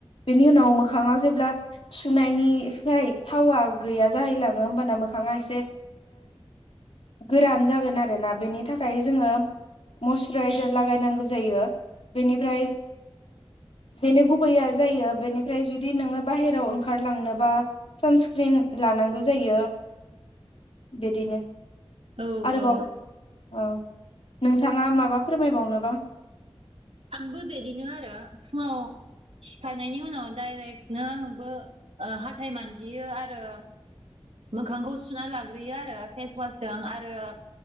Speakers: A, on the left; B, on the right.
A: बेनि उनाव मोखाङाव जेब्ला सुनायनिफ्राय थावा गैया जाहैलाङो होमबाना मोखाङा एसे ए गोरान जागोन आरोना बेनि थाखाय जोङो मयसुराइजार लागायनांगौ जायो बेनिफ्राय बेनो गुबैया जायो बेनिफ्राय जुदि नोङो बाहेराव ओंखारलांनोबा सानस्क्रिन लानांगौ जायो। बिदिनो।
B: औ
A: आरोबाव
B: औ
A: ओ नोंथाङा माबा फोरमायबावनो बा?
B: आंबो बिदिनो आरो फुङाव सिखारनायनि उनाव दडायरेक्टनो आंबो हाथाय मानजियो आरो मोखांखौ सुना लाग्रोयो आरो फेसवासजों आरो